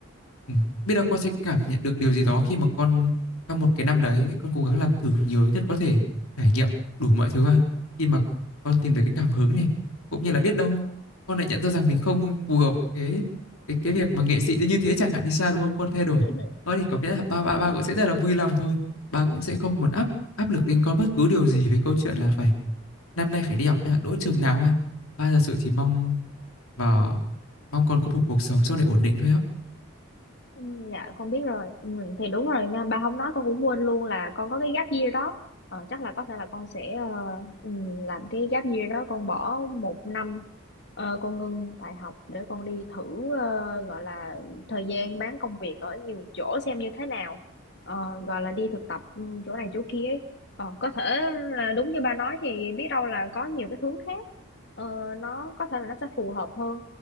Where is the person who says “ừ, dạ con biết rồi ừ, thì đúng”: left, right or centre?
Left